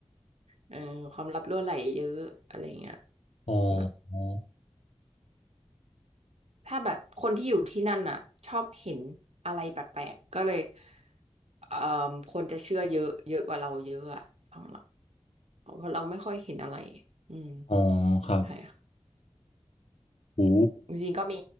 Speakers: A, on the right; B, on the left.
A: เออความลับรั่วไหลเยอะอะไรเงี้ย
B: อ๋อ
A: แบบ
B: อ๋อ
A: ถ้าแบบคนที่อยู่ที่นั่นน่ะชอบเห็นอะไรแปลกๆก็เลยเอ่อคนจะเชื่อเยอะเยอะกว่าเราเยอะอะฝั่งเราเพราะเราไม่ค่อยเห็นอะไรอืม
B: อ๋อครับ
A: ใช่ค่ะ
B: โอ้
A: จริงๆก็มี